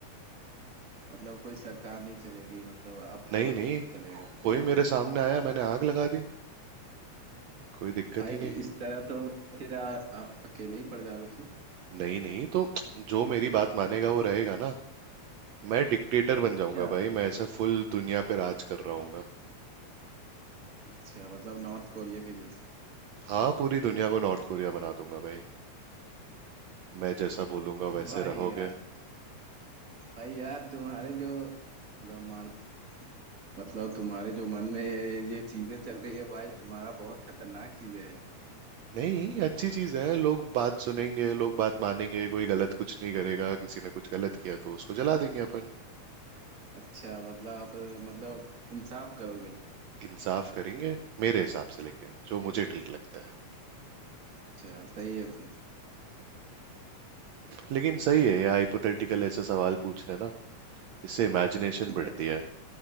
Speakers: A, on the right; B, on the right.
A: मतलब कोई सरकार नहीं चलेगी मतलब आपका
B: नहीं
A: बस
B: नहीं
A: चलेगा फिर
B: कोई
A: आप
B: मेरे सामने आया मैंने आग लगा दी कोई दिक्कत
A: भाई
B: ही नहीं
A: इस तरह तो फिर आ, आप अकेले ही पड़ जाओगे फिर
B: नहीं नहीं तो जो मेरी बात मानेगा वो रहेगा ना मैं डिक्टेटर बन
A: अच्छा
B: जाऊंगा भाई मैं ऐसा फुल दुनिया पे राज कर रहा हूँ
A: अच्छा मतलब नॉर्थ कोरिया के जैसे
B: हाँ पूरी दुनिया को नॉर्थ कोरिया बना दूंगा भाई मैं जैसा बोलूंगा वैसे
A: भाई
B: रहोगे
A: यार भाई यार तुम्हारे जो मतलब मान मतलब तुम्हारे जो मन में ये ये चीजें चल रही है भाई तुम्हारा बहुत खतरनाक चीजें है
B: नहीं अच्छी चीज है लोग बात सुनेंगे लोग बात मानेंगे कोई गलत कुछ नहीं करेगा किसी ने कुछ गलत किया तो उसको जला देंगे अपन
A: अच्छा मतलब आप मतलब इंसाफ करोगे फिर
B: इंसाफ करेंगे मेरे हिसाब से लेकिन जो मुझे ठीक लगता है
A: अच्छा सही है फिर
B: लेकिन सही है ये हाइपोथेटिकल ऐसा सवाल पूछने ना इससे इमेजिनेशन
A: ठीक
B: बढ़ती
A: है
B: है